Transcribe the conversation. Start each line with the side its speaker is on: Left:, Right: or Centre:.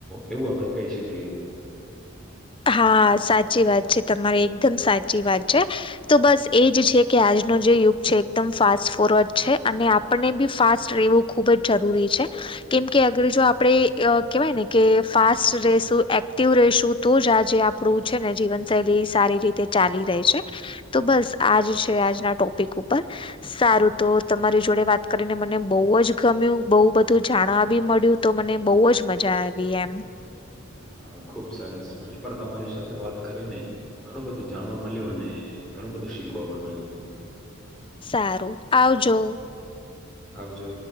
Centre: એવું આપણે કહી શકીએ.
Left: હા સાચી વાત છે તમારી એકદમ સાચી વાત છે. તો બસ એજ છે કે આજનો જે યુગ છે એકદમ ફાસ્ટ ફોરવર્ડ છે અને આપને બી ફાસ્ટ રહેવું ખૂબ જ જરૂરી છે. કેમ કે અગર જો આપણે કહેવાય ને કે ફાસ્ટ રશું એક્ટિવ રશું. તો જ આજે આપણું છે ને જીવનશૈલી સારી રીતે ચાલી રહી છે. તો બસ આજ છે આજના ટોપિક ઉપર. સારું તો તમારી જોડે વાત કરીને મને બહુ જ ગમ્યું બહુ બધું જાણવા બી મળ્યું. તો મને બહુ જ મજા આવી એમ.
Centre: હા ખુબ સરસ મને પણ તમારી સાથે વાત કરીને ઘણું બધું જાણવા મળ્યું અને ઘણું બધું શીખવા પણ મળ્યું.
Left: સારું આવજો.
Centre: આવજો.